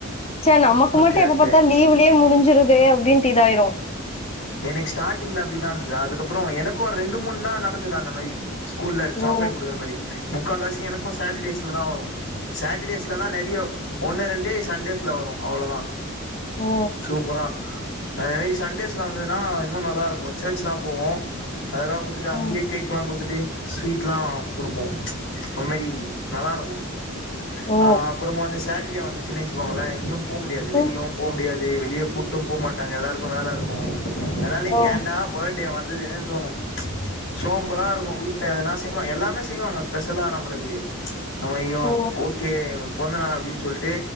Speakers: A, on the left; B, on the left.
A: சே நமக்கு
B: ஓகே
A: மட்டும் எப்ப
B: ஓகே
A: பாத்தாலு லீவ்லயே முடிஞ்சிறுதே அப்டின்னுட்டு இதாயிரு
B: எனக்கு ஸ்டார்ட்டிங்ல அப்டிதா. இருந்தது அதுக்கப்புற எனக்கு ஒரு ரெண்டு மூணு தா நடந்தது அந்த மாரி ஸ்கூல்ல சாக்லேட்
A: ஓ
B: குடுக்கற மாரி முக்கால் வாசி எனக்கு சாட்டர்டேஸ்ல தா வரு சேட்டர்டேஸ் ட்ல தா நெறைய ஒன்னு ரெண்டு சண்டேஸ்ல வரு அவ்ளோதா
A: ஓ
B: சூப்பரா அந்த அன்னைக்கி சண்டேஸ் வந்ததுனா இன்னு நல்லா இருக்கு சர்ச் எல்லா போவோ அதலா குத்துட்டு அங்கயே
A: ம்
B: கேக்லா குத்துட்டு ஸ்வீட்லா குடுப்போ ஒரு மாரி நல்லா இருக்கு
A: ஓ
B: ஆ அப்புறமா வந்து சாட்டர்டே வந்துச்சுன்னு வச்சுக்கோங்களே எங்கயு போமுடியாது வெளியு
A: ம்,
B: போ முடியாது வெளிய கூட்டு போ மாட்டாங்க எல்லாருக்கு வேல இருக்கு அதா ல
A: ஓ
B: ஏன்டா பர்டே வந்துதுன்னு தோணு சோம்பலா இருக்கு வீட்ல எதனா செய்வாங்க எல்லாமே செய்வாங்க ஸ்பெஷலா நம்மளுக்கு அவ ஐயோ
A: ஓ
B: ஓகே பொறந்தநாள் அப்டின்னு சொல்ட்டு